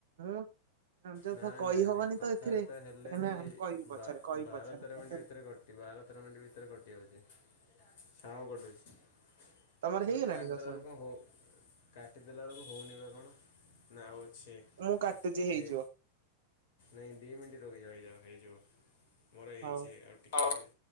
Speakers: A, on the right; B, on the left.
A: ମୁଁ ଯୋଉଥ
B: ନା
A: କହିହବନି
B: ନାଇଁ ନାଇଁ କଥାବାର୍ତ୍ତା
A: ତ ଏଥିରେ କାହିଁକି
B: ହେଲେ ବି
A: ନା କହିବି
B: ବା
A: ପଛରେ କହିବି
B: ବାର
A: ପଛରେ
B: ତେର
A: ପଛରେ
B: ମିନିଟ୍ ଭିତରେ କଟି ଟି ବାର ତେର ମିନିଟ୍ ଭିତରେ କଟି ଯାଉଛି ଛାଉଁ କଟୁଛି।
A: ତମର
B: ମୋର
A: ହେଇଗଲାଣି
B: ଏମିତି କାଟିଦେଲାବେଳକୁ
A: ଦଶ
B: କଣ ହେଉ କାଟିଦେଲାବେଳକୁ ହେଉନି ବା କଣ ନା ଆଉ ଅଛି।
A: ମୁଁ କାଟୁଚି ହେଇଯିବ।
B: ଦି ନାଇଁ ଦି ମିନିଟ୍ ରହିଯାଓ ହେଇଯିବ ମୋର ହେଇଛି
A: ହଉ।
B: ଆଉ ଟିକେ।